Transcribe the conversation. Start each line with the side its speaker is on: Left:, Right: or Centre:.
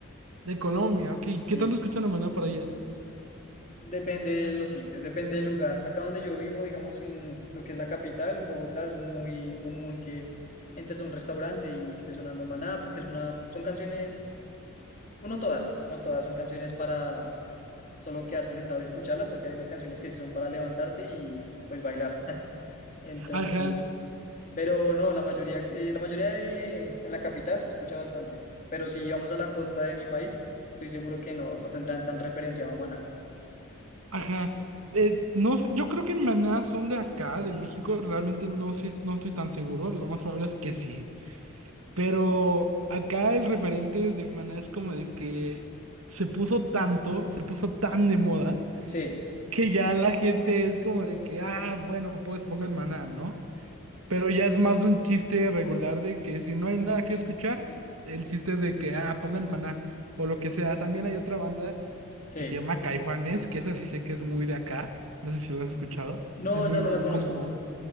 Right: De Colombia, ok. ¿Qué
Left: Sí.
Right: tanto escuchan a Maná para allá?
Left: Depende de los sitios, depende del lugar. Acá donde yo vivo, digamos en lo que es la capital, en Bogotá, es muy común que entres a un restaurante y esté sonando Maná, porque es una, son canciones, bueno, no todas, no todas son canciones para solo quedarse sentado y escucharla, porque hay unas canciones que sí son para levantarse y pues bailar. <laughs> Entonces,
Right: Ajá,
Left: pero no, la mayoría, que- la mayoría de, en la capital se escucha bastante. Pero si vamos a la costa de mi país, estoy seguro que no, no tendrán tan referenciado a Maná.
Right: ajá. Eh, no sé, yo creo que Maná son de acá, de México. Realmente no sé, no estoy tan seguro. Lo más probable es que sí. Pero acá el referente de Maná es como de que se puso tanto, se puso tan de moda,
Left: Sí,
Right: que ya la gente es como de que, ah, bueno, pues pongan Maná, ¿no? Pero ya es más un chiste regular de que si no hay nada que escuchar, el chiste es de que, ah, pongan Maná o lo que sea. También hay otra banda
Left: sí.
Right: que se llama Caifanes, que esa sí sé que es muy de acá, no sé si la has escuchado,
Left: No,
Right: es muy
Left: esa no la conozco.
Right: como...